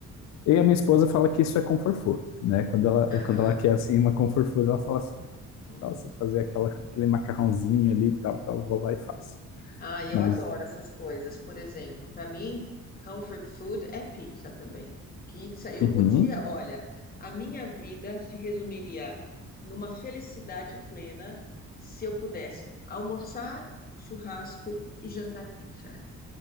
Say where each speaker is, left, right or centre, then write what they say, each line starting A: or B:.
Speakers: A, on the left; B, on the left.
A: E a minha esposa fala que isso é comfort food, né? Quando ela,
B: Aham,
A: quando ela quer, assim, uma comfort food, ela fala assim, que
B: uhum.
A: tal você fazer aquela, aquele macarrãozinho ali e tal, tal, eu vou lá e faço.
B: Ah, eu
A: Mas...
B: adoro essas coisas. Por exemplo, para mim, comfort food é pizza também. Pizza, eu
A: Uhum.
B: podia, olha, a minha vida se resumiria numa felicidade plena se eu pudesse almoçar, churrasco e jantar pizza.